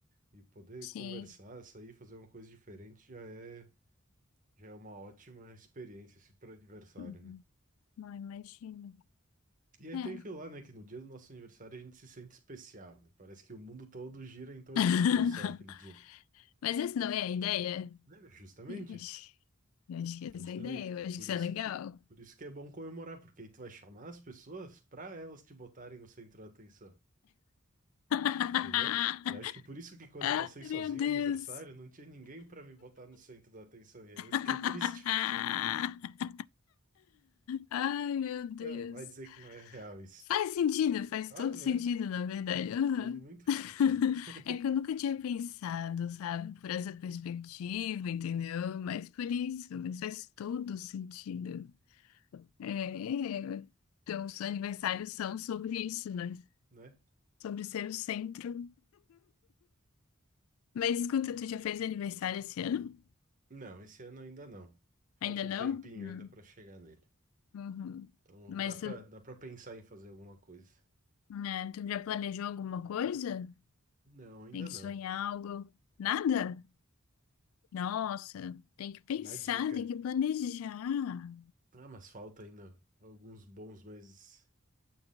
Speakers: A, on the right (about 40°); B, on the left (about 85°).
A: e poder
B: Sim.
A: conversar, sair, fazer uma coisa diferente já é, já é uma ótima experiência, assim, para aniversário,
B: Uhum.
A: né?
B: Não imagino.
A: E aí
B: É.
A: tem aquilo lá, né? Que no dia do nosso aniversário a gente se sente especial, né? Parece que o mundo todo gira em torno
B: <laughs>
A: de ti só naquele dia.
B: Mas essa não é a ideia?
A: Né, meu? Justamente,
B: Eu acho, eu acho que
A: justamente.
B: essa é a ideia, eu acho
A: Por
B: que isso
A: isso
B: é legal.
A: que, por isso que é bom comemorar, porque aí tu vai chamar as pessoas para elas te botarem no centro da atenção.
B: <laughs>
A: Entendeu? E acho que por isso que quando
B: Ai,
A: eu passei sozinho
B: meu Deus.
A: o aniversário, não tinha ninguém pra me botar no centro da atenção. E aí eu
B: <laughs>
A: fiquei triste.
B: Ai, meu Deus.
A: É, vai dizer que não é real isso.
B: Faz sentido, faz
A: Faz,
B: todo sentido,
A: né?
B: na verdade. Aham.
A: Faz muito
B: <laughs>
A: <laughs> sentido. <laughs>
B: É que eu nunca tinha pensado, sabe, por essa perspectiva, entendeu? Mas por isso, mas faz todo sentido. É, é. Então, os aniversários são sobre isso, né?
A: Né?
B: Sobre ser o centro. Mas escuta, tu já fez aniversário esse ano?
A: Não, esse ano ainda não. Falta
B: Ainda não?
A: um tempinho
B: Hum.
A: ainda pra chegar nele.
B: Uhum.
A: Então
B: Mas
A: dá pra
B: tu
A: dá para pensar em fazer alguma coisa.
B: É, tu já planejou alguma coisa?
A: Não, ainda
B: Pensou
A: não.
B: em algo? Nada? Nossa, tem que pensar,
A: Na dica.
B: tem que planejar.
A: Ah, mas falta ainda alguns bons meses.